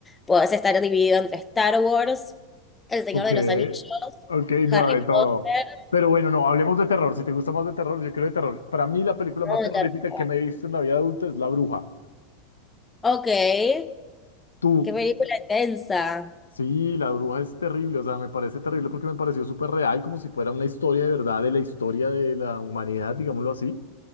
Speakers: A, on the left (about 15°); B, on the left (about 80°).
A: Podés estar dividido entre Star Wars, El Señor
B: ok,
A: de los Anillos,
B: ok,
A: Harry
B: no, de todo.
A: Potter,
B: Pero bueno, no, hablemos de terror. Si te gusta más de terror, yo creo de terror. Para mí la película
A: ¿no?
B: más terrorífica
A: De terror.
B: que me he visto en la vida adulta es La Bruja.
A: Ok, qué
B: ¿Tú
A: película intensa.
B: Sí, la bruja es terrible, o sea, me parece terrible porque me pareció súper real, como si fuera una historia de verdad de la historia de la humanidad, digámoslo así.